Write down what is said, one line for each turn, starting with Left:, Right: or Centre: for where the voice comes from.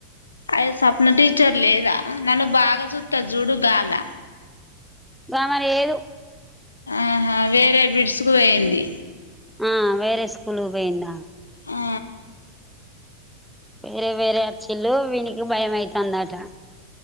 Left: అయ స్వప్న టీచర్ లేదా నన్ను బాగా చూస్తది చూడు గామె
Centre: గామ లేదు
Left: ఆహా వేరే బిడ్సుకు పోయింది
Centre: ఆ వేరే స్కూలుకి పోయిండ
Left: ఆ
Centre: వేరే వేరే అచ్చిలు వీనికి భయం అయితందట